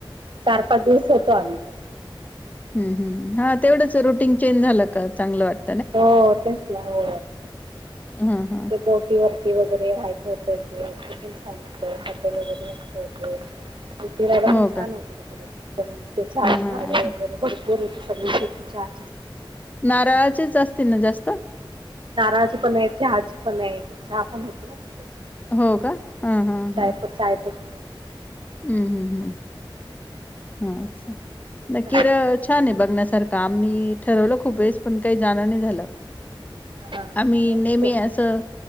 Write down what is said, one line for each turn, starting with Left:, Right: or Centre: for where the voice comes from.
Right: चार पाच दिवस होतो आम्ही!
Left: ह् ह हा तेवढंच रुटीन चेंज झालं का चांगलं वाटत.
Right: हो तेच नाही
Left: हा हा
Right: ते बोटीवर. वगैरे राहायचं होतं छान होतल वगैरे त होते <unintelligible> राला पण
Left: हो
Right: छान
Left: का
Right: होत तिकडे दम त्या
Left: हा
Right: आज
Left: हा
Right: झाडं वगैरे ब सग <unintelligible> शेती चार
Left: नारळाचीच असतील ना जास्त.
Right: नारळाची पण आहे, चहाची पण आहे चहा पण होते ना तिकडं.
Left: हो का हा
Right: <unintelligible>
Left: हा हा हम्म हम्म हम्म अच्छा नाही
Right: हा.
Left: केरळ छान आहे बघण्यासारखं आम्ही ठरवलं खूप वेळेस पण काही. जाण नाही झालं
Right: हा कायच
Left: आम्ही नेहमी
Right: आहे
Left: असं